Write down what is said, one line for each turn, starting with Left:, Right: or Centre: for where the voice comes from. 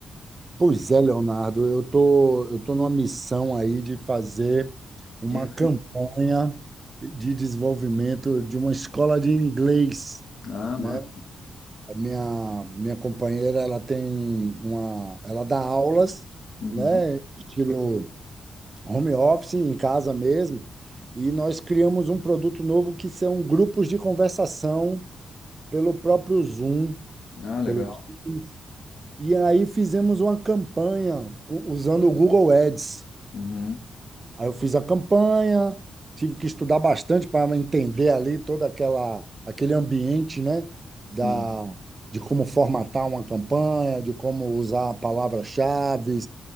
Right: pois é, Leonardo, eu tô, eu tô numa missão aí de fazer
Left: Diz
Right: uma campanha
Left: aí.
Right: de desenvolvimento de uma escola de inglês,
Left: Ah,
Right: né?
Left: massa.
Right: A minha, minha companheira, ela tem uma, ela dá aulas,
Left: Uhum.
Right: né, estilo home office, em casa mesmo, e nós criamos um produto novo que são grupos de conversação pelo próprio Zoom,
Left: Ah, legal.
Right: pelo Teams, e aí fizemos uma campanha u- usando o Google Ads.
Left: Uhum.
Right: Aí eu fiz a campanha, tive que estudar bastante para entender ali toda aquela aquele ambiente, né,
Left: Sim,
Right: da de como formatar uma campanha, de como usar palavras-chave,